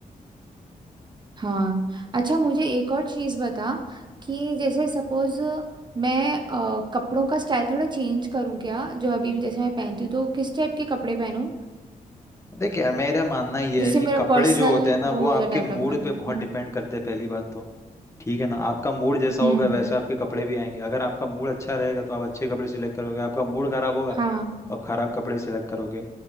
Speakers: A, on the right (about 30°); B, on the left (about 20°).
A: हाँ अच्छा मुझे एक और चीज़ बता
B: हम्म।
A: कि जैसे सपोज मैं अ, कपड़ों का स्टाइल थोड़ा चेंज करूँ क्या जो अभी जैसे मैं पहनती हूँ तो किस टाइप के कपड़े पहनूं
B: देख यार मेरा मानना ये
A: जिससे
B: है कि
A: मेरा
B: कपड़े
A: पर्सनल
B: जो होते हैं ना
A: वो
B: वो आपके
A: हो जाए डेवलपमेंट
B: मूड पे बहुत
A: हम्म
B: डिपेंड करते हैं पहली बात तो ठीक है ना आपका मूड जैसा होगा
A: हम्म
B: वैसे आपके कपड़े भी आएंगे अगर आपका मूड अच्छा रहेगा तो आप अच्छे कपड़े सिलेक्ट करोगे आपका मूड खराब होगा
A: हाँ
B: और खराब कपड़े सिलेक्ट करोगे